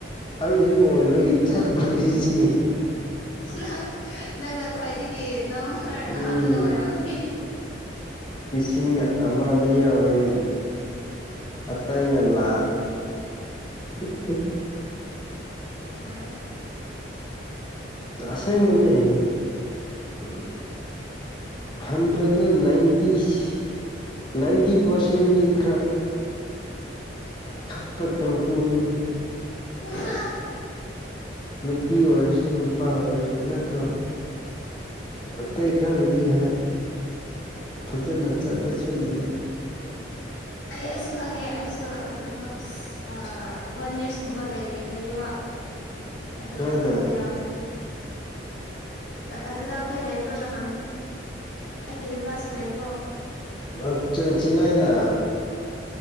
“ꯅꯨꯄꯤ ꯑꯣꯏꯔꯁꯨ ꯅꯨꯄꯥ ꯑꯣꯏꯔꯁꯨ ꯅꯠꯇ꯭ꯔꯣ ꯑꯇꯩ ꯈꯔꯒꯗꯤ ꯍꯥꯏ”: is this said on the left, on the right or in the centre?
Left